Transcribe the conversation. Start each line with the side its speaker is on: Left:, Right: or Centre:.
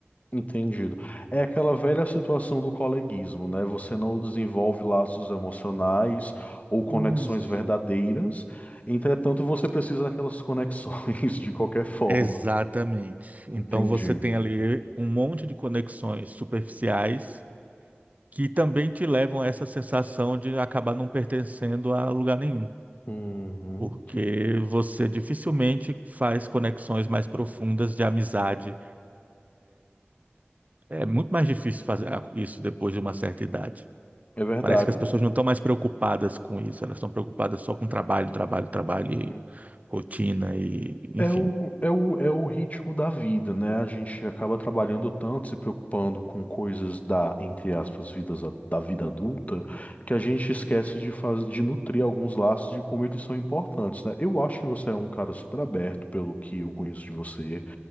Left: entendido. É aquela velha situação do coleguismo, né? Você não desenvolve laços emocionais ou conexões
Right: Isso.
Left: verdadeiras, entretanto, você precisa daquelas conexões <laughs> de qualquer forma.
Right: Exatamente. Então
Left: Entendi.
Right: você tem ali um monte de conexões superficiais que também te levam a essa sensação de acabar não pertencendo a lugar nenhum,
Left: Uhum.
Right: porque você dificilmente faz conexões mais profundas de amizade. É muito mais difícil fazer isso depois de uma certa idade.
Left: É verdade.
Right: Parece que as pessoas não estão mais preocupadas com isso, elas estão preocupadas só com trabalho, trabalho, trabalho, e
Left: Uhum.
Right: rotina e enfim.
Left: É o, é o, é o ritmo da vida, né? A gente acaba trabalhando tanto, se preocupando com coisas da, entre aspas, vidas, a- da vida adulta, que a gente esquece de, faz, de nutrir alguns laços de como eles são importantes, né? Eu acho que você é um cara super aberto, pelo que eu conheço de você.